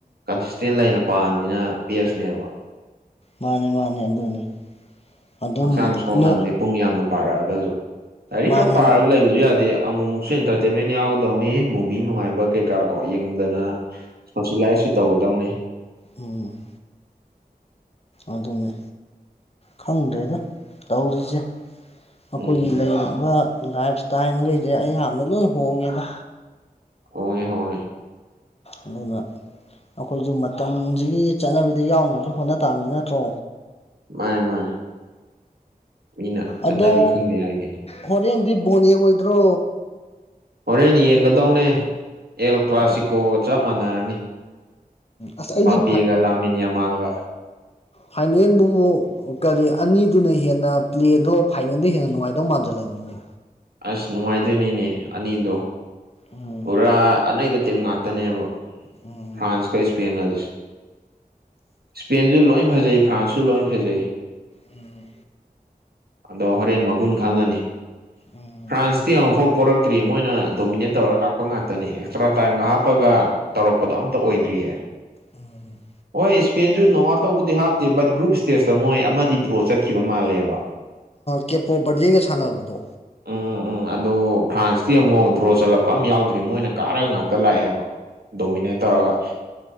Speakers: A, on the right (about 85°); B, on the left (about 40°).
A: ꯀꯟꯁꯤꯁꯇꯦꯟ ꯂꯩꯅ ꯄꯥꯝꯃꯤꯁꯤꯅ ꯄꯦꯁꯅꯦꯕ
B: ꯃꯥꯅꯦ ꯃꯥꯅꯦ ꯑꯗꯨꯅꯦ ꯑꯗꯨꯝ
A: ꯍꯛꯆꯥꯡ ꯁꯣꯛꯅꯕꯅꯦ
B: ꯅꯣꯛ
A: ꯄꯨꯡ ꯌꯥꯝꯅ ꯄꯥꯔꯛꯑꯒꯁꯨ ꯂꯥꯏꯔꯤꯛ
B: ꯃꯥꯅꯦ
A: ꯈꯛ ꯄꯥꯔꯒ ꯂꯩꯕꯁꯨ ꯌꯥꯗꯦ ꯑꯃꯨꯛ ꯑꯃꯨꯛꯁꯨ ꯑꯦꯟꯇꯔꯇꯦꯟꯃꯦꯟ ꯌꯥꯎꯒꯗꯧꯅꯤ ꯃꯨꯚꯤ ꯅꯨꯡꯉꯥꯏꯕ ꯀꯩꯀꯥ ꯀꯣ ꯌꯦꯡꯗꯅ ꯃꯁꯤꯂꯥꯏꯁꯁꯨ ꯇꯧꯒꯗꯧꯅꯤ
B: ꯎꯝ ꯑꯗꯨꯅꯤ ꯈꯪꯗ꯭ꯔꯦꯗ ꯇꯧꯔꯤꯁꯦ ꯑꯩꯈꯣꯏꯒꯤ
A: ꯎꯝ
B: ꯂꯩꯔꯤꯕ ꯂꯥꯏꯞ ꯏꯁꯇꯥꯏꯜꯈꯩꯁꯦ ꯑꯌꯥꯝꯕꯅ ꯂꯣꯏ ꯍꯣꯡꯉꯦꯗ
A: ꯍꯣꯡꯋꯦ ꯍꯣꯡꯋꯦ
B: ꯃꯉ ꯑꯩꯈꯣꯏꯁꯨ ꯃꯇꯝꯁꯤꯒꯤ ꯆꯠꯅꯕꯤꯗ ꯌꯥꯎꯅꯕꯁꯨ ꯍꯣꯠꯅ ꯇꯥꯕꯅꯤ ꯅꯠꯇ꯭ꯔꯣ
A: ꯃꯥꯅꯦ ꯃꯥꯥꯏ ꯃꯤꯅ ꯆꯠꯅꯕꯤ
B: ꯑꯗꯣ
A: ꯈꯪꯗꯦ ꯍꯥꯏꯒꯅꯤ
B: ꯍꯣꯔꯦꯟꯗꯤ ꯕꯣꯟ ꯌꯦꯡꯉꯣꯏꯗ꯭ꯔꯣ
A: ꯍꯣꯔꯦꯟ ꯌꯦꯡꯒꯗꯧꯅꯦ ꯑꯦꯜ ꯀ꯭ꯂꯥꯁꯤꯀꯣꯒ
B: ꯑꯣ
A: ꯆꯞ ꯃꯥꯟꯅꯔꯅꯤ
B: ꯑꯁ ꯑꯩꯗꯤ
A: ꯕꯥꯄꯤꯦꯒ ꯂꯃꯤꯟ ꯌꯥꯃꯥꯜꯒꯥ
B: ꯍꯥꯏꯥꯏꯅꯦꯟꯕꯨꯨꯝꯕꯣ ꯑꯣ ꯀꯔꯤ ꯑꯅꯤꯗꯨꯅ ꯍꯦꯟꯅ ꯄ꯭ꯂꯦꯗꯣ ꯐꯥꯏꯅꯦꯜꯗ ꯍꯦꯟꯅ ꯅꯨꯡꯉꯥꯏꯗꯧ ꯃꯥꯟꯖꯜꯂꯛꯃꯤꯅꯦ
A: ꯑꯁ ꯅꯨꯡꯉꯥꯏꯗꯣꯏꯅꯤꯅꯦ ꯑꯅꯤꯗꯣ
B: ꯎꯝ
A: ꯄꯨꯔꯥ ꯑꯅꯩꯕ ꯇꯤꯝ ꯉꯥꯛꯇꯅꯦꯕ
B: ꯎꯝ
A: ꯐ꯭ꯔꯥꯟꯁꯀ ꯏꯁꯄꯦꯟꯒꯁꯨ ꯏꯁꯄꯦꯟꯁꯨ ꯂꯣꯏ ꯐꯖꯩ ꯐ꯭ꯔꯥꯟꯁꯁꯨ ꯂꯣꯏ ꯐꯖꯩ
B: ꯎꯝ
A: ꯑꯗꯣ ꯍꯣꯔꯦꯟ ꯃꯒꯨꯟ ꯈꯪꯉꯅꯤ
B: ꯎꯝ
A: ꯐ꯭ꯔꯥꯟꯁ ꯏꯁꯇꯦꯡ ꯑꯃꯐꯥꯎ ꯄꯣꯔꯛꯇ꯭ꯔꯤ ꯃꯣꯏꯅ ꯗꯣꯃꯤꯅꯦꯠ ꯇꯧꯔꯒ ꯂꯥꯛꯄ ꯉꯥꯛꯇꯅꯦ ꯑꯦꯛꯁꯇ꯭ꯔꯥ ꯇꯥꯏꯝꯒ ꯍꯥꯞꯄꯒ ꯇꯧꯔꯛꯄꯗꯣ ꯑꯝꯇ ꯑꯣꯏꯗ꯭ꯔꯤꯌꯦ
B: ꯎꯝ
A: ꯍꯣꯏ ꯁ꯭ꯄꯦꯟꯁꯨ ꯅꯣꯛ ꯑꯥꯎꯠ ꯇꯧꯕꯗꯤ ꯍꯥꯞꯇꯦ ꯕꯠ ꯒ꯭ꯔꯨꯞ ꯏꯁ꯭ꯇꯦꯖꯇ ꯃꯣꯏ ꯑꯃꯗꯤ ꯗ꯭ꯔꯣ ꯆꯠꯈꯤꯕ ꯃꯥꯜꯂꯦꯕ
B: ꯀꯦꯄꯣ ꯕꯔꯗꯦꯒ ꯁꯥꯟꯅꯕꯗꯣ
A: ꯎꯝ ꯎꯝ ꯑꯗꯣ ꯐ꯭ꯔꯥꯟꯁꯇꯤ ꯑꯃꯨꯛ ꯗ꯭ꯔꯣ ꯆꯠꯂꯛꯄ ꯑꯝ ꯌꯥꯎꯗ꯭ꯔꯤ ꯃꯣꯏꯅ ꯀꯥꯔꯒ ꯉꯥꯛꯇ ꯂꯥꯛꯑꯦꯕ ꯗꯣꯃꯤꯅꯦꯠ ꯇꯧꯔꯒ